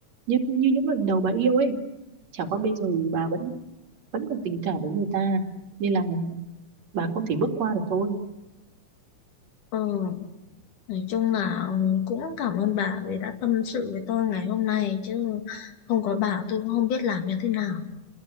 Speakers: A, on the right; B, on the left.
A: như như những lần đầu bà yêu ấy chả qua bây giờ bà vẫn vẫn còn tình cảm với người ta nên là bà không thể bước qua được thôi
B: Ừ, nói chung là cũng cảm ơn bà vì đã tâm sự với tôi ngày hôm nay chứ không có bà tôi cũng không biết làm như thế nào.